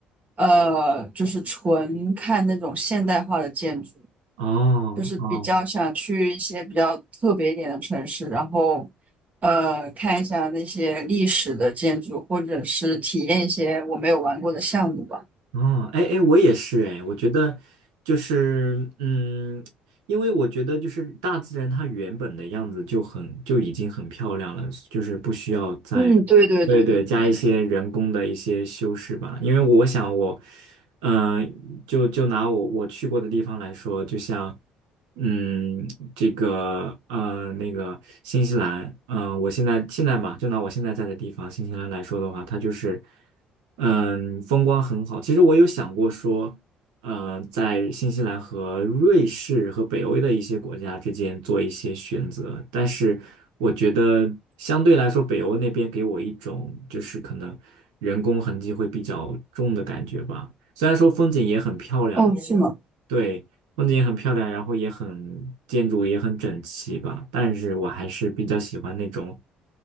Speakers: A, on the right; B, on the right.
A: 呃，就是纯看那种现代化的建筑，
B: 哦哦
A: 就是比较想去一些比较特别一点的城市，然后呃，看一下那些历史的建筑，或者是体验一些我没有玩过的项目吧。
B: 哦，哎哎，我也是哎，我觉得就是，嗯，因为我觉得就是大自然它原本的样子就很就已经很漂亮了，就是不需要再。
A: 嗯，对对对对对。
B: 对对，加一些人工的一些修饰吧，因为我想我，嗯、就就拿我我去过的地方来说，就像嗯，这个呃，那个新西兰，嗯、我现在现在嘛，就拿我现在在的地方新西兰来说的话，它就是，嗯，风光很好。其实我有想过说，呃，在新西兰和瑞士和北欧的一些国家之间做一些选择，但是我觉得相对来说，北欧那边给我一种就是可能人工痕迹会比较重的感觉吧。虽然说风景也很漂亮。
A: 哦，是吗？
B: 对，风景也很漂亮，然后也很建筑也很整齐吧。但是我还是比较喜欢那种，